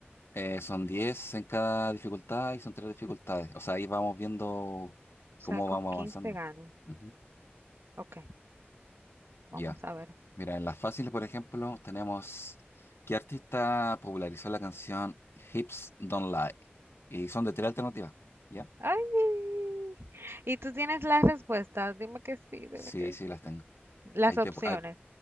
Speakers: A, on the left; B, on the right.
A: Eh, son 10 en cada dificultad y son tres dificultades. O sea, ahí vamos viendo
B: O
A: cómo
B: sea,
A: vamos
B: con
A: avanzando.
B: 15 gano.
A: Ujú.
B: Ok,
A: Ya.
B: vamos a ver.
A: Mira, en las fáciles, por ejemplo, tenemos ¿qué artista popularizó la canción Hips Don't Lie? Y son de tres alternativas. ¿Ya?
B: ¡Ay! ¿Y tú tienes las respuestas? Dime que sí, dime
A: Sí,
B: que
A: sí, las
B: sí.
A: tengo.
B: Las
A: Ahí
B: opciones.
A: te, pu- ahí-